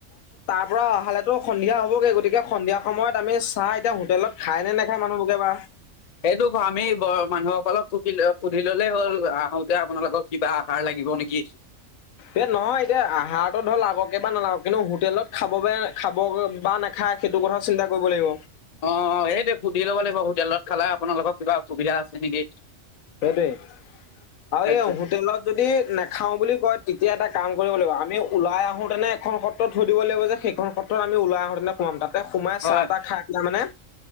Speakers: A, on the left; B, on the left.
A: পুৰা আহালেতো সন্ধিয়া হ'বগে গতিকে সন্ধিয়া সময়ত আমি চাহ এতিয়া হোটেলত খাই নে নেখায় মানুহবকে বা
B: সেইটো ক আমি ব মানুহসকলক সুধ সুধি ললেই হ'ল আহোতে আপোনালোকৰ কিবা আহাৰ লাগিব নেকি
A: এ নহয় এতিয়া আহাৰটো ধৰ আগে বা নালাগক কিন্তু হোটেলত খাব খাব বা নাখায় সেইটো কথা চিন্তা কৰিব লাগিব
B: অ অ সেইটো সুধি ল'ব লাগিব হোটেলত খালে আপোনালোকৰ কিবা অসুবিধা আছে নেকি?
A: সেইটোৱেই আৰু
B: সেইটোৱে
A: এই হোটেলত যদি নাখাও বুলি কয় তেতিয়া এটা কাম কৰিব লাগিব আমি ওলাই আহো তেনে এখন সত্ৰ থৈ দিব লাগিব যে সেইখন সত্ৰ থ আমি ওলাই আহোতেনে সোমাম তাতে সোমাই
B: হয়
A: চাহ তাহ খাই পেলাই মানে